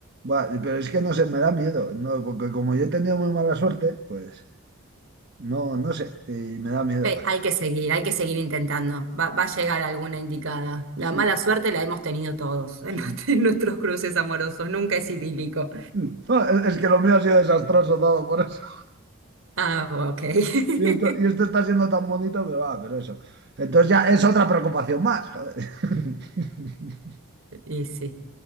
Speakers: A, on the right (about 50°); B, on the right (about 70°).
A: Va, pero es que no sé, me da miedo, ¿no? Porque como yo he tenido muy mala suerte, pues no, no sé, y me da miedo.
B: Eh,
A: <laughs>
B: hay que seguir, hay que seguir intentando. Va, va a llegar alguna indicada. La
A: Sí.
B: mala suerte la hemos tenido todos en,
A: Sí.
B: <laughs> en nuestros cruces amorosos. Nunca es idílico.
A: No, es es que lo mío ha sido desastroso todo por eso.
B: Ah, ok. <laughs>
A: Y esto, y esto está siendo tan bonito, pero va, pero eso. Entonces ya es otra preocupación más, joder. <laughs>
B: Y sí.